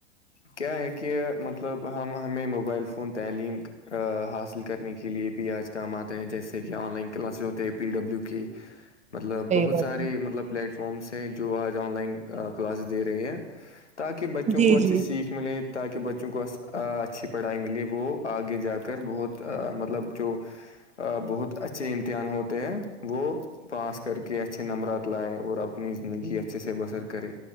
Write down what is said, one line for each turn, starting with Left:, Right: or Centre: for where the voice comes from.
Left: کیا ہے کہ مطلب ہم ہمیں موبائل فون تعلیم حاصل کرنے کے لیے بھی آج کام آتے ہیں جیسے کہ آن لائن کلاسز ہوتے ہیں پی ڈبلیو کی <unintelligible> مطلب بہت
Right: بات
Left: سارے
Right: ہے
Left: مطلب پلیٹ فارمس ہیں جو آج آن لائن کلاسز دے رہے ہیں تاکہ بچوں
Right: جی
Left: کو اچھے
Right: جی
Left: سیکھ ملے تاکہ بچوں کو اچھی پڑھائی ملے وہ آگے جا کر بہت مطلب جو بہت اچھے امتحان ہوتے ہیں وہ پاس کر کے اچھے نمبرات لائے اور اپنی زندگی اچھے سے بسر کرے